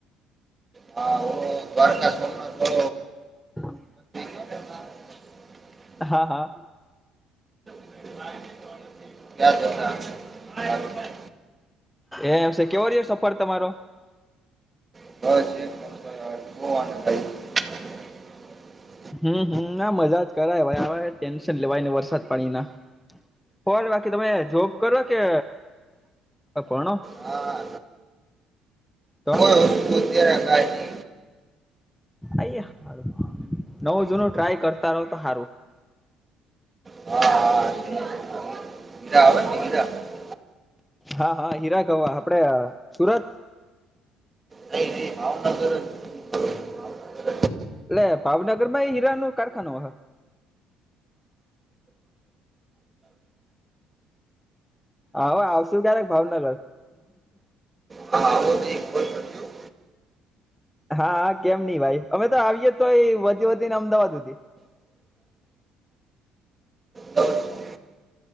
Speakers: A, on the right (about 25°); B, in the centre.
A: હ ઘર ક સુમના તો
B: <inaudible>
A: <inaudible>
B: હા હા
A: <inaudible> કયા જતા. <unintelligible>
B: એમ છે કેવો ર સફર તમારો
A: <unintelligible>
B: હમ હમ ના મજા જ કરાય ટેન્શન લેવાય ને વરસાદ પાણી ના હો બાકી તમે જોબ કરો કે ભણો
A: હા
B: તો.
A: તો અત્યારે કાય નહિ.
B: આાર નવો જૂનું ટ્રાય કરતા રહો તો સારું
A: હા હીરા <unintelligible>
B: હા હા હીરા ગવા આપડે સુરત
A: નહી ન ભાવનગર ભાવનગર
B: એટલે ભાવનગર માં એ હીરા નો કારખાનો હ. હા આવશુ ક્યારેક ભાવનગર
A: હા બધી એક પણજું
B: હા કેમ નહિ ભાઈ અમે તો આવીય તો વધી વધી ને અમદાવાદ સુધી
A: દઉં છું.